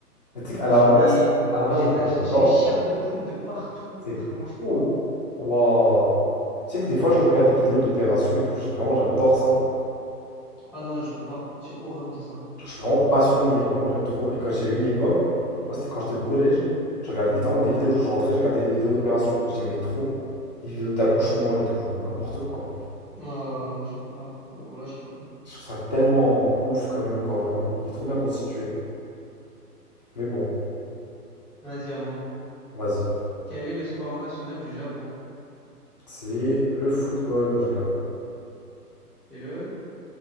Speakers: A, on the left; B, in the centre.
A: Mais tu sais qu'à
B: J'ai
A: l'inverse,
B: des,
A: à l'inverse
B: j'ai
A: de
B: de
A: quoi
B: la, j'ai
A: j'adore.
B: chair de poule de partout.
A: C'est
B: Vraiment, je peux
A: fou.
B: pas.
A: Waouh. Tu sais que des fois, genre, je regarde des vidéos d'opérations et tout, je- vraiment, j'adore ça.
B: Ah non, je peux pas. J'ai horreur de ça.
A: Je suis vraiment passionné, genre, vraiment, j'aime trop. Et quand j'ai eu une époque, je crois que c'était quand j'étais au collège, je regardais des- vraiment des vidéos, genre, je rentrais, je regardais des vidéos d'opérations. J'aimais trop les vidéos d'accouchement et tout, genre, n'importe quoi.
B: Oh là là, je peux pas. Oh là, je peux pas.
A: Je trouve ça tellement ouf, quand même, le corps humain. Il est trop bien constitué. Mais bon,
B: Vas-y, à moi.
A: vas-y.
B: Quel est le sport national du Japon?
A: C'est le football, non, je rigole.
B: C'est le